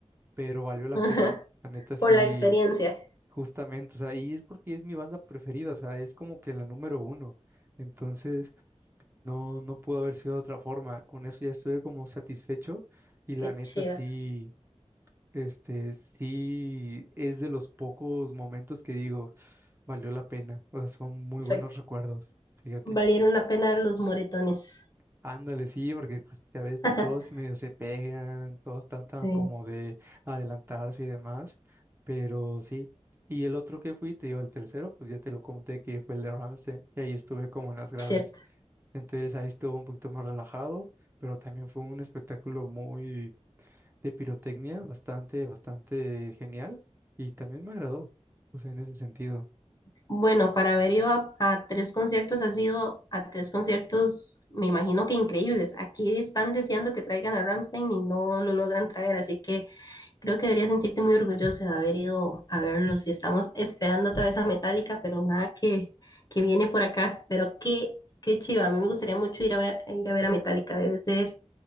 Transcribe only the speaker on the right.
pero valió la
pena. La neta sí,
justamente. O sea, y es porque es mi banda preferida, o sea, es como que la número uno. Entonces... No, no pudo haber sido de otra forma. Con eso ya estuve como satisfecho y la
neta
sí, este, sí es de los pocos momentos que digo, valió la pena. O sea, son muy
buenos recuerdos, fíjate.
Ándale, sí, porque pues, ya ves que
todos medio se pegan, todos están tan
como de adelantarse y demás, pero sí. Y el otro que fui, te digo, el tercero, pues ya te lo conté que fue el de Ramstein y ahí estuve como en las gradas.
Entonces ahí estuvo un poquito más relajado, pero también fue un espectáculo muy de pirotecnia, bastante, bastante genial y también me agradó, o sea, en ese sentido.